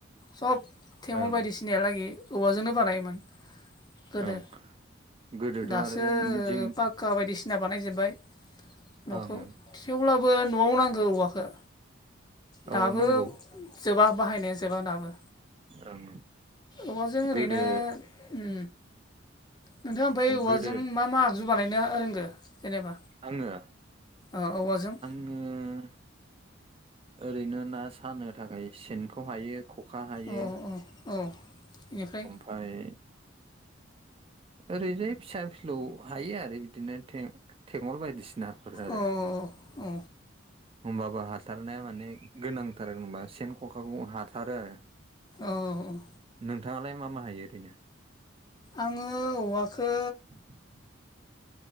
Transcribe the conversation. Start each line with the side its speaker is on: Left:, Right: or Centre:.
Left: सब थेवोल
Right: ओं
Left: बायदिसिनाहालागि औवाजोंनो बानायोमोन गोदो
Right: ओं गोदोथ'
Left: दासो
Right: आरो जों
Left: पाक्का बायदिसिना बानायजोबबाय न'खौ
Right: ओं ओं
Left: थेवब्लाबो न'आव नांगौ औवाखौ दाबो
Right: औ नांगौ
Left: जोबा बाहायनाया जोबा दाबो
Right: ओं
Left: औवाजों ओरैनो
Right: गोदो
Left: उम नोंथाङा ओमफाय औवाजों
Right: गोदो
Left: मा मा आगजु बानायनो रोंगो जेनेबा?
Right: आङो
Left: ओ औवाजों
Right: ओम ओरैनो ना सानो थाखाय सेनखौ हायो खखा हायो
Left: औ औ बेनिफ्राय
Right: ओमफ्राय ओरैजाय फिसा फिलौ हायो आरो बिदिनो थें थेंगल बायदिसि नाफोर आरो
Left: औ औ
Right: होमबाबो हाथारनाया माने गोनांथार होनबा सेन ख'खाखौ हाथारो आरो
Left: औ औ
Right: नोंथाङालाय मा मा हायो ओरैनो
Left: आङो औवखो
Right: <inaudible>